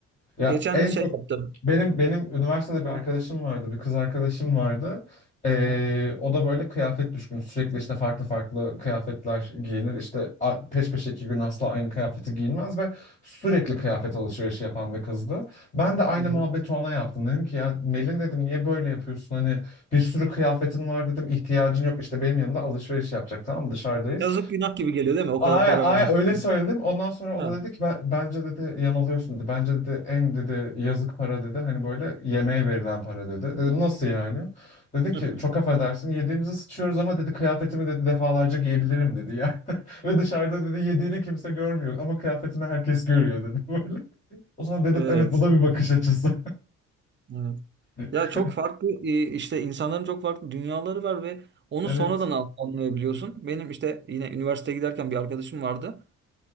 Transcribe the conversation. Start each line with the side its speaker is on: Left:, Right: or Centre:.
Left: Ya
Right: Geçen
Left: en
Right: de şey
Left: çok
Right: yaptım.
Left: benim benim üniversitede bir arkadaşım
Right: Aha.
Left: vardı, bir kız arkadaşım vardı. Ee,
Right: Aha.
Left: o da böyle kıyafet düşkünü. Sürekli işte farklı farklı kıyafetler giyinir. İşte a- peş peşe iki gün asla aynı kıyafeti giyinmez ve sürekli kıyafet alışverişi yapan bir kızdı. Ben de aynı
Right: Hı hı.
Left: muhabbeti ona yaptım. Dedim ki ya Melin dedim niye böyle yapıyorsun? Hani bir sürü kıyafetin var dedim. ihtiyacın yok. İşte benim yanımda alışveriş yapacak tamam mı? dışarıdayız.
Right: Yazık günah gibi geliyor değil mi? O
Left: Aya,
Right: kadar para
Left: aya
Right: harcıyorsun.
Left: öyle söyledim. Ondan sonra o
Right: Ha.
Left: da dedi ki "Ben- bence dedi yanılıyorsun dedi. Bence dedi en dedi yazık para dedi. Hani böyle yemeğe verilen para dedi. Dedim nasıl yani? Dedi ki
Right: <laughs>
Left: çok affedersin yediğimizi sıçıyoruz ama dedi kıyafetimi dedi defalarca giyebilirim dedi yani. <laughs> Ve dışarıda dedi yediğini kimse görmüyor ama kıyafetini herkes görüyor dedi <laughs> böyle. O zaman dedim
Right: Evet.
Left: evet bu da bir bakış açısı.
Right: Evet.
Left: <laughs>
Right: Ya çok farklı e, işte insanların çok farklı dünyaları var ve onu
Left: Evet.
Right: sonradan an- anlayabiliyorsun. Benim işte yine üniversiteye giderken bir arkadaşım vardı.